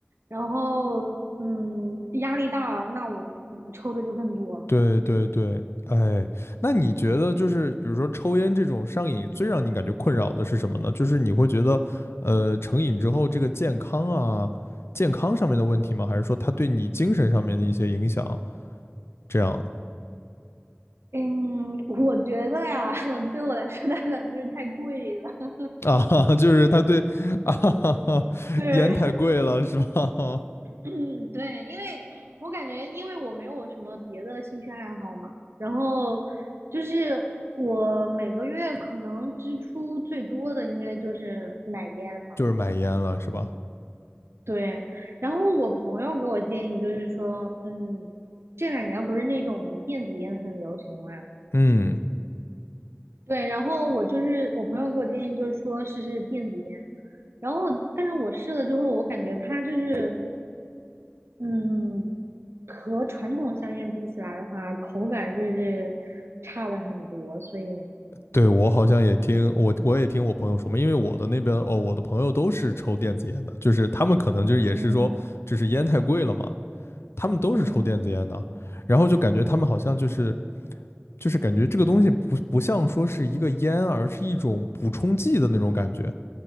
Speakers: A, on the right; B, on the left.
A: 然后嗯，压力大，那我嗯抽的就更多了。
B: 对对对，哎，那你觉得就是比如说抽烟这种上瘾，最让你感觉困扰的是什么呢？就是你会觉得，呃，成瘾之后这个健康啊，健康上面的问题吗？还是说它对你精神上面的一些影响？这样
A: <laughs> 嗯，我觉得呀，<laughs> 对我来说它可能就是太贵了。
B: 啊，<laughs> 就是他对啊，
A: <laughs>
B: <laughs>
A: 对，
B: 烟太贵了是吧？
A: 嗯，对，因为我感觉，因为我没有什么别的兴趣爱好嘛，然后就是我每个月可能支出最多的应该就是买烟了。
B: <laughs> 就是买烟了是吧？
A: 对，然后我朋友给我建议就是说，嗯，这两年不是那种电子烟很流行嘛，
B: 嗯，
A: 对，然后我就是我朋友给我建议就是说试试电子烟，然后但是我试了之后，我感觉它就是嗯和传统香烟比起来的话，口感就是差了很多，所以，
B: 对，我好像也听我我也听我朋友说嘛，因为我的那边哦，我的朋友都是抽电子烟的，就是他们可能就是也是说，
A: 嗯
B: 就是烟太贵了嘛，他们都是抽电子烟的，
A: 嗯，
B: 然后就感觉他们好像就是就是感觉这个东西不不像说是一个烟，而是一种补充剂的那种感觉，